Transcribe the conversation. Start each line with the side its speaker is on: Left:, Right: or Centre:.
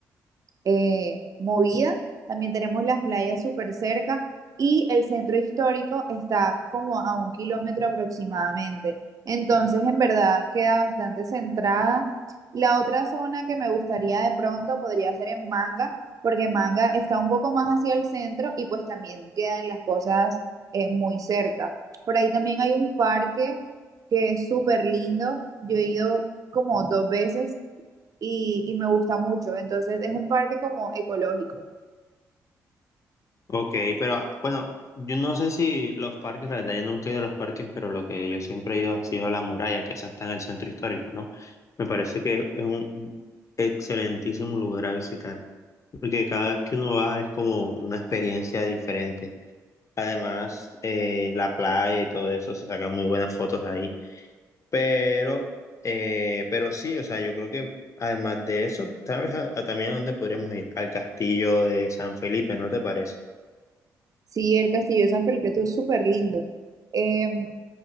Right: eh, movida. También tenemos las playas súper cerca y el centro histórico está como a un kilómetro aproximadamente. Entonces, en verdad, queda bastante centrada. La otra zona que me gustaría de pronto podría ser en Manga, porque Manga está un poco más hacia el centro y pues también quedan las cosas eh, muy cerca. Por ahí también hay un parque que es súper lindo. Yo he ido como dos veces y, y me gusta mucho. Entonces es un parque como ecológico.
Left: Ok, pero bueno, yo no sé si los parques, la verdad yo nunca he ido a los parques, pero lo que yo siempre he ido ha sido a la muralla, que esa está en el centro histórico, ¿no? Me parece que es un excelentísimo lugar a visitar. porque cada vez que uno va es como una experiencia diferente. Además, eh, la playa y todo eso, se sacan muy buenas fotos ahí. Pero, eh, pero sí, o sea, yo creo que además de eso, tal vez a- a también a dónde podríamos ir, al castillo de San Felipe, ¿no te parece?
Right: Sí, el Castillo de San Perpetuo es súper lindo. Em,